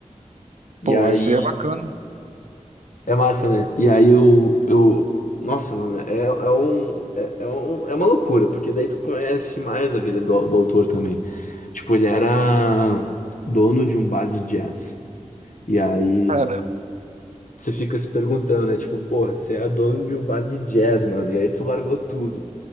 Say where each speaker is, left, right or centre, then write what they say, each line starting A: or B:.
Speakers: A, on the right; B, on the left.
A: Pô,
B: E aí
A: esse aí é bacana.
B: É massa, né? E aí eu, eu... Nossa, mano, é, é um, é, é um... É uma loucura, porque daí tu conhece mais a vida do, do autor também. Tipo, ele era dono de um bar de jazz. E aí
A: Cara,
B: você fica se perguntando, né? Tipo, porra, você é dono de um bar de jazz, mano. E aí tu largou tudo